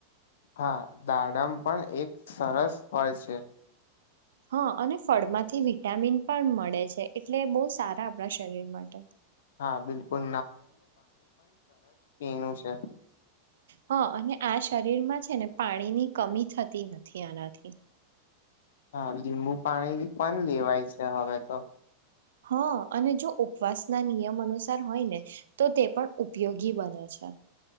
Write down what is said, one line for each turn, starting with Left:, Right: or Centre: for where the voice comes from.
Left: હા દાડમ પણ એક સરસ ફળ છે
Right: હા અને ફળમાંથી વિટામિન પણ મળે છે એટલે બહુ સારા આપણા શરીર માટે
Left: હા બિલકુલ એનું છે
Right: હા અને આ શરીરમાં છે ને પાણીની કમી થતી નથી આનાથી
Left: હા લીંબુ પાણી પણ લેવાય છે હવે તો
Right: હા અને જો ઉપવાસ ના નિયમ અનુસાર હોય ને તો તે પણ ઉપયોગી બને છે